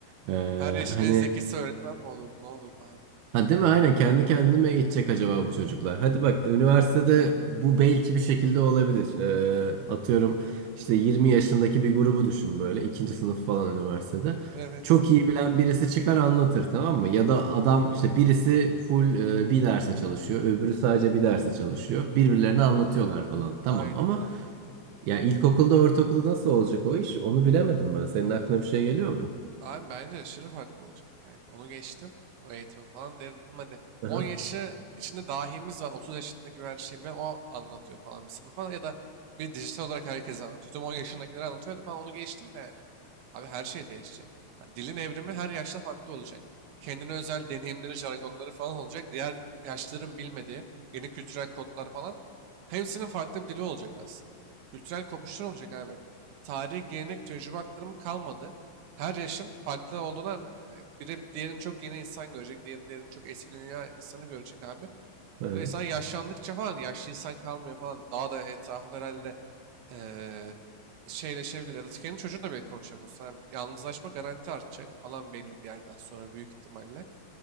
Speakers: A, on the right; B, on the right.
A: E,
B: Her yaşın
A: hani
B: en zekisi öğretmen mi olurdu? Ne olurdu abi?
A: Ha değil mi? Aynen kendi kendime eğitecek acaba bu çocuklar. Hadi bak üniversitede bu belki bir şekilde olabilir. Ee, atıyorum işte 20 yaşındaki bir grubu düşün böyle ikinci sınıf falan üniversitede.
B: Evet.
A: Çok iyi bilen birisi çıkar anlatır tamam mı? Ya da adam işte birisi full e, bir derse çalışıyor, öbürü sadece bir derse çalışıyor. Birbirlerine anlatıyorlar falan. Tamam
B: Aynen
A: ama
B: öyle.
A: ya ilkokulda ortaokulda nasıl olacak o iş? Onu bilemedim ben. Senin aklına bir şey geliyor mu?
B: Abi bence aşırı farklı olacak yani. Onu geçtim. O eğitim falan derim hadi.
A: Aha,
B: 10 yaşı içinde dahimiz var. 30 yaşında gibi her şeyi bilen o anlatıyor falan bir sınıfa ya da bir dijital olarak herkes anlatıyor. Tüm 10 yaşındakiler anlatıyor hadi falan onu geçtim de yani. Abi her şey değişecek. Yani dilin evrimi her yaşta farklı olacak. Kendine özel deneyimleri, jargonları falan olacak. Diğer yaşların bilmediği yeni kültürel kodlar falan. Hepsinin farklı bir dili olacak aslında. Yani kültürel kopuşlar olacak abi. Tarih, gelenek, tecrübe aktarımı kalmadı her yaşın farklı olduğundan e, biri diğerini çok yeni insan görecek, diğeri diğerini çok eski dünya insanı görecek abi.
A: aha,
B: Ve insan yaşlandıkça falan yaşlı insan kalmıyor falan. Daha da etrafında herhalde eee şeyleşebilir ya da kendi çocuğunla bile konuşamıyorsun. abi. yalnızlaşma garanti artacak falan belli bir yerden sonra büyük ihtimalle.